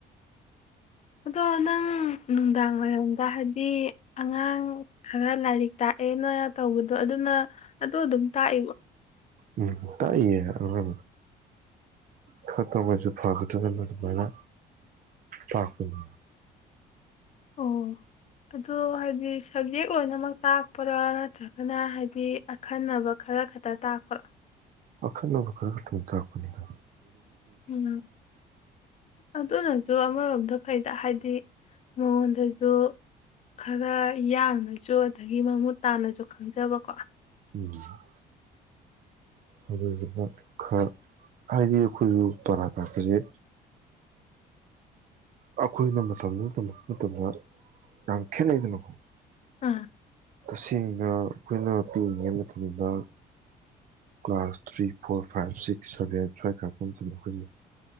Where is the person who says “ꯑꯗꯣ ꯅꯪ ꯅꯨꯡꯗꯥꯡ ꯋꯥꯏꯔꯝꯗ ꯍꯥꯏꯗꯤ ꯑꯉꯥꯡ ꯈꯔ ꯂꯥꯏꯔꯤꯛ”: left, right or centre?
Left